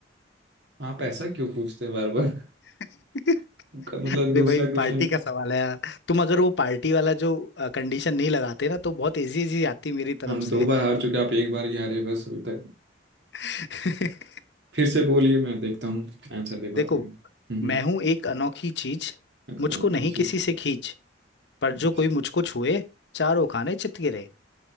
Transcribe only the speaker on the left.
<laughs>
अरे
भाई
पार्टी का सवाल है यार तुम अगर वो पार्टी वाला जो कंडीशन नहीं लगाते ना तो बहुत इजी इजी आती मेरी तरफ
से
<laughs>
देखो
मैं हूं एक अनोखी चीज
मुझको
नहीं
किसी से खींच पर
जो कोई मुझको छुए चारों खाने चित गिरे